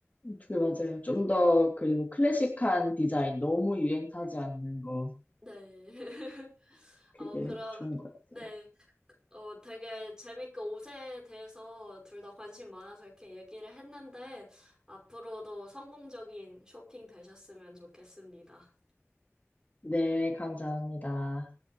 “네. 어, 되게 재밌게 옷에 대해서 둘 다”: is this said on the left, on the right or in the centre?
Right